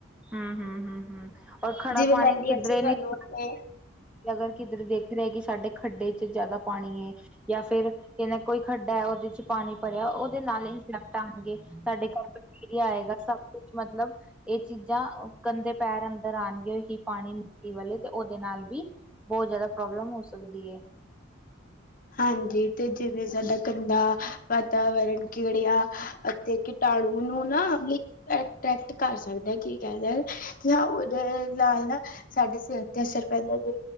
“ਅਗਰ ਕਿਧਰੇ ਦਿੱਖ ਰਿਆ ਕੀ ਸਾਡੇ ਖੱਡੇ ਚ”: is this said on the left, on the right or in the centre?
Centre